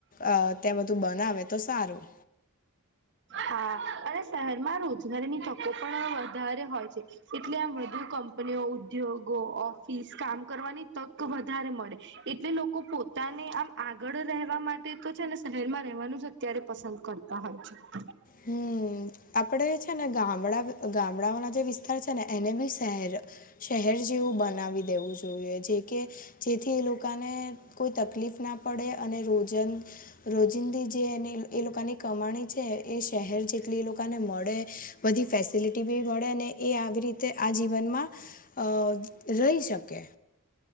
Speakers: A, on the left; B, on the right.
A: અ તે બધું બનાવે. તો સારું.
B: હા અને શહેરમાં રોજગારીની તકો પણ વધારે હોય છે. એટલે આમ વધુ કંપનીઓ ઉદ્યોગો ઓફિસ કામ કરવાની તક વધારે મળે. એટલે લોકો પોતાને આમ, આગળ રહેવા માટે તો છે, ને શહેર માં રહેવાનું જ અત્યારે પસંદ કરતા હોય છે.
A: હમ્મ. આપડે છે ને ગામડા ગામડાઓના જે વિસ્તાર છે, ને એને બી શહેર શહેર જેવું બનાવી દેવું જોઈએ, જે કે જેથી એ લોકોને કોઈ તકલીફ ના પડે અને રોજ રોજિંદી જે એને એ લોકાની કમાણી છે, એ શહેર જેટલી એ લોકોને મળે બધી ફેસિલિટી બી મળે ને એ આવી રીતે, આ જીવનમાં અ રહી શકે.